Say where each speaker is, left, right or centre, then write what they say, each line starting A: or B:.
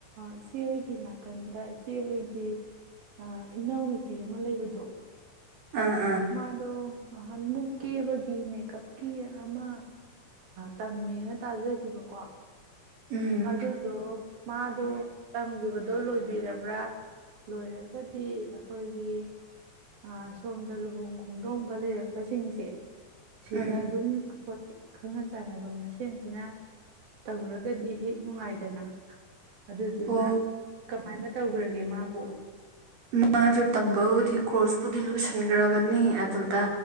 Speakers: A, on the right; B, on the right.
A: ꯏꯆꯦꯍꯣꯏꯒꯤ ꯅꯥꯀꯟꯗ ꯏꯆꯦꯍꯣꯏꯒꯤ ꯏꯅꯥꯎꯅꯨꯄꯤ ꯑꯃ ꯂꯩꯕꯗꯣ
B: ꯑ
A: ꯃꯥꯗꯣ ꯅꯍꯥꯟ ꯃꯨꯛ ꯀꯦꯕꯒꯤ ꯃꯦꯀꯞꯀꯤ ꯑꯃ ꯇꯝꯃꯦꯅ ꯇꯥꯖꯈꯤꯕꯀꯣ
B: ꯎꯝ
A: ꯑꯗꯨꯗꯣ ꯃꯥꯗꯣ ꯇꯝꯈꯤꯕꯗꯣ ꯂꯣꯏꯕꯤꯔꯕ ꯂꯣꯏꯔꯒꯗꯤ ꯑꯩꯈꯣꯏꯒꯤꯣ ꯂꯨꯍꯣꯡ ꯈꯣꯡꯗꯣꯡꯕ ꯂꯩꯔꯛꯄꯁꯤꯡꯁꯦ ꯁꯤꯗ
B: ꯎꯝ
A: ꯑꯗꯨꯝ ꯑꯩꯈꯣꯏ ꯈꯪꯅ ꯆꯥꯟꯅꯕ ꯃꯁꯦꯟꯁꯤꯅ ꯇꯧꯔꯒꯗꯤ ꯍꯦꯛ ꯅꯨꯡꯉꯥꯏꯗꯅ ꯑꯗ ꯑꯗꯨ
B: ꯑꯣ
A: ꯅ ꯀꯨꯃꯥꯏꯅ ꯇꯧꯈ꯭ꯔꯒꯦ ꯃꯥꯕꯨ
B: ꯃꯥꯁꯨ ꯇꯝꯕꯕꯨꯗꯤ ꯀꯣꯔꯁꯄꯨꯗꯤ ꯂꯣꯏꯁꯤꯟꯈ꯭ꯔꯕꯅꯦ ꯑꯗꯨꯗ